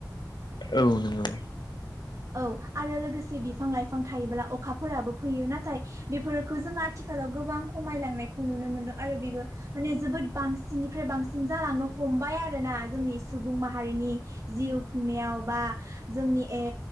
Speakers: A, on the left (about 85°); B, on the right (about 45°).
A: <inaudible> औ नंगौ
B: औ आरो लोगोसे बिफां-लाइफां थायोब्ला अखाफोराबो फैयो नाथाय बेफोरखौ जों आथिखालाव गोबां खमायलांनायखौ नुनो मोनदों आरो बेबो माने जोबोद बांसिननिफ्राय बांसिन जालांनो हमबाय आरोना जोंनि सुबुं माहारिनि जिउ खुंनायाव बा जोंनि ए